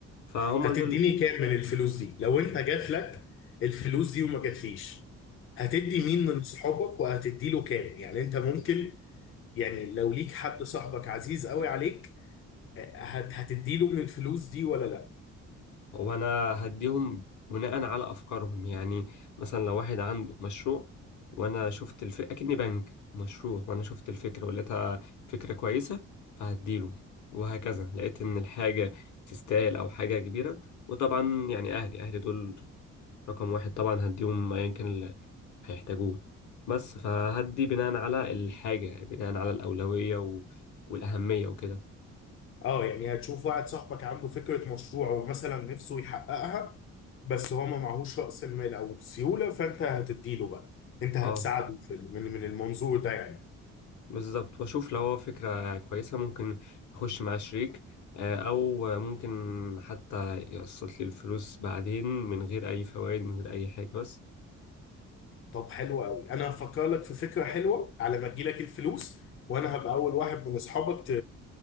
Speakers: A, on the left; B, on the left.
A: فهم
B: هتديني
A: دول
B: كام من الفلوس دي لو انت جات لك الفلوس دي وما جاتليش هتدي مين من صحابك وهتدي له كام يعني انت ممكن يعني لو ليك حد صاحبك عزيز قوي عليك آه، هت هتدي له من الفلوس دي ولا لا
A: وانا هديهم بناء على افكارهم يعني مثلا لو واحد عنده مشروع وانا شفت الف... اكني بنك مشروع وانا شفت الفكره ولقيتها فكره كويسه فهديله وهكذا لقيت ان الحاجه تستاهل او حاجه كبيره وطبعا يعني اهلي اهلي دول رقم واحد طبعا هديهم ايا كان اللي هيحتاجوه بس فهدي بناء على الحاجه بناء على الاولويه و... والاهميه وكده
B: اه يعني هتشوف واحد صاحبك عنده فكرة مشروع ومثلا نفسه يحققها بس هو ما معهوش رأس المال او السيولة فانت هتدي له بقى انت
A: اه
B: هتساعده في ال- من من المنظور ده يعني
A: بالظبط واشوف لو هو فكرة كويسة ممكن اخش مع شريك آه، او ممكن حتى يقسط لي الفلوس بعدين من غير اي فوائد من غير اي حاجة بس
B: طب حلو قوي انا هفكر لك في فكره حلوه على ما تجيلك الفلوس وانا هبقى اول واحد من اصحابك ت...